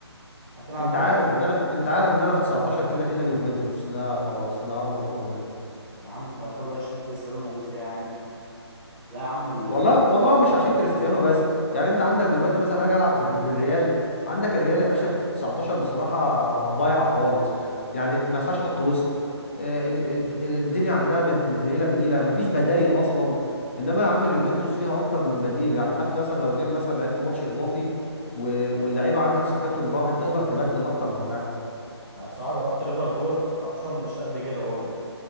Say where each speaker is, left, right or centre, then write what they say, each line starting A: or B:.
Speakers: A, on the right (about 20°); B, on the left (about 25°).
A: هتلعب
B: انت
A: بايه
B: عارف
A: فرقة
B: ان انا
A: ايه
B: انت عارف ان انا في 19 كده كده اليوفنتوس ده خلاص ده امر مفروغ منه
A: يا عم انت كل ده عشان كريستيانو موجود فيها يعني لا يا عم ال-
B: والله والله
A: الريفر
B: مش عشان
A: كده
B: كريستيانو بس يعني انت عندك دلوقتي مثلا هاجي العب في الر- بالريال عندك الريال يا باشا في 19 بصراحه ضايعه خالص يعني ما فيهاش خط وسط آه،
A: مم.
B: ال- الد- الدنيا عندها مت- متنيله بنيله ما فيش بدايل اصلا انما يا عم اليوفنتوس فيها اكتر من بديل يعني حتى مثلا لو جيت مثلا لعبت ماتش اضافي و- واللعيبه عندك صحتهم راحت تقدر تبدل اكتر من واحد
A: انا بصراحة جربت ليفربول في 19 مش قد كده برضه